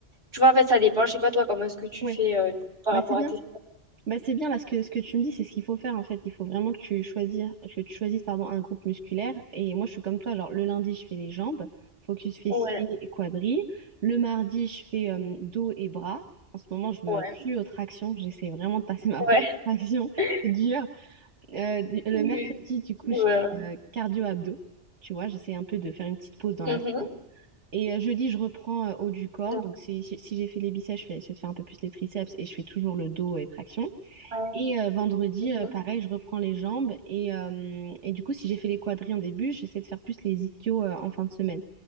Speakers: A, on the right; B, on the right.
A: Tu vois, en fait, ça dépend. Je sais pas, toi, comment est-ce que tu
B: Ouais.
A: fais euh, par
B: Bah,
A: rapport
B: c'est bien.
A: à tes...
B: Bah, c'est bien là ce que, ce que tu me dis, c'est ce qu'il faut faire en fait. Il faut vraiment que tu choisisses, que tu choisisses pardon, un groupe musculaire. Et moi, je suis comme toi. Genre, le lundi, je fais les jambes, focus fessiers
A: Ouais,
B: et quadris. Le mardi, je fais euh, dos et bras. En ce moment, je me
A: ouais,
B: tue aux tractions. J'essaie vraiment de passer <laughs> ma
A: ouais.
B: première traction.
A: <laughs>
B: C'est dur. Euh, du- le
A: Oui.
B: mercredi, du coup,
A: Ouais.
B: je fais euh, cardio-abdos. Tu vois, j'essaie un peu de faire une petite pause dans
A: ouais.
B: la
A: Mhm.
B: semaine. Et euh, jeudi, je reprends euh, haut du corps.
A: Donc,
B: Donc, si, si si j'ai fait les biceps, je fais, j'essaie de faire un peu plus les triceps et je fais toujours le dos et traction.
A: ouais.
B: Et euh, vendredi,
A: Mhm.
B: euh, pareil, je reprends les jambes. Et, euh, et du coup, si j'ai fait les quadris en début, j'essaie de faire plus les ischios euh, en fin de semaine.